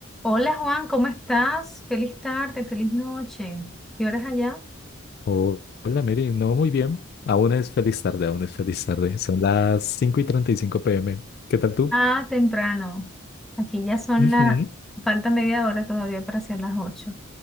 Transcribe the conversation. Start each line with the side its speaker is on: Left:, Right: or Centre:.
Centre: Hola Juan, ¿cómo estás? Feliz tarde, feliz noche. ¿Qué horas allá?
Left: Oh, hola Mary, no muy bien. Aún es feliz tarde, aún es feliz tarde. Son las cinco y 35 pm. ¿Qué tal tú?
Centre: Ah, temprano. Aquí ya son
Left: Ujú.
Centre: la... Falta media hora todavía para hacer las ocho.